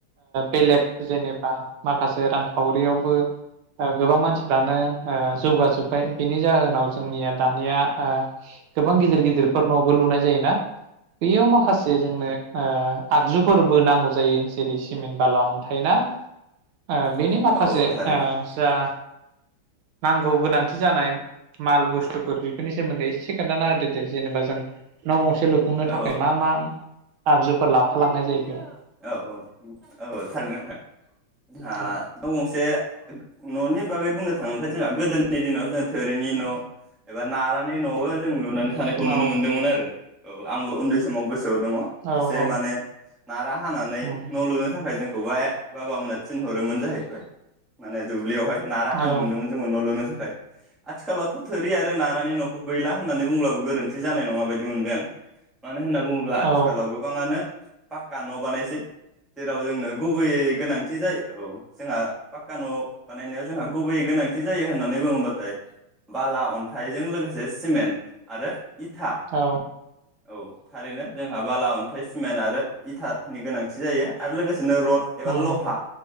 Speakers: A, on the right; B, in the centre.
A: बेलेग जेनेबा माखासे रांखावरियावबो गोबां मानसिफ्रानो ओ जौगाजोबबाय बेनि जाहोनाव जोंनिया दानिया ओ गोबां गिदिर गिदिरफोर न'बो लुनाय जायोना बेयाव माखासे जोंनो ओ आगजुफोरबो नांगौ जायो जेरै सिमेन्ट बाला, अन्थाइ, ना ओ बेनि
B: औ
A: माखासे
B: औ औ थारैनो
A: ओ जा नांगौ गोनांथि जानाय माल बुस्थुफोर बेफोरनि सोमोन्दै एसे खोनथाना होदो दे जेनेबा जों न' गंसे खो लुफुंनो
B: औ
A: थाखाय मा मा
B: <unintelligible>
A: आगजुफोर लाफालांनाय जायो बेयाव
B: औ औ औ थारनो जोंहा
A: दे
B: न' गंसे न'नि बागै बुंनो थाङोब्लाथाय जोंहा गोदोनि दिनाव जों थोरिनि न' एबा नारानिनि न'बो जों लु लुनानै थानायखौ
A: औ
B: नुनो मोन्दोंमोन आरो। औ आंबो उन्दै समाव गोसोआव दङ
A: औ
B: एसे
A: औ
B: माने नारा हानानै
A: उम
B: न' लुनो थाखाय जों खौहाय बाबामोनहा थिनहरोमोन जाहैबाय माने दुब्लियावहाय नारा हानो
A: औ
B: मोनदोंमोन जोंबो नं लुनो था खाय आथिखालाव थ' थोरि आरो नारानि न'खौ गैला होननानै बुंब्लाबो गोरोन्थि जानाय नङा बायदि मोनबाय आं। मानो होनना बुङोब्ला आथिखालाव
A: औ
B: गोब पाक्का न' बानायसै जेराव जोंनो गुबैयै गोनांथि जायो औ जोंहा पाक्का न' बानायनायाव जोंहा गुबैयै गोनांथि जायो होननानै बुङोबाथाय बाला अन्थाइजों लोगोसे सिमेन्ट आरो इथा
A: औ
B: औ थारैनो जोंहा बाला अन थाइ सिमेन्ट आरो इथानि गोनांथि जायो आरो लोगोसे नो रड एबा
A: उम
B: लहा